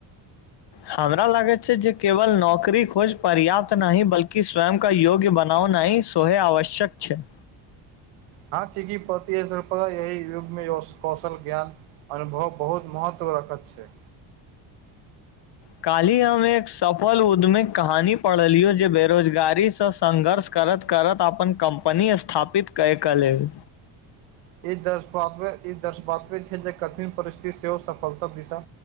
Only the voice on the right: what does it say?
हँ चीकि पति सृ यही युगमे कौशल ज्ञान <unintelligible> अनुभव बहुत महत्व रखत छै
ई दर्शाते ई <unintelligible> दर्शवाते छै जे कठिन परिस्थिति सेहो सफलता दिशा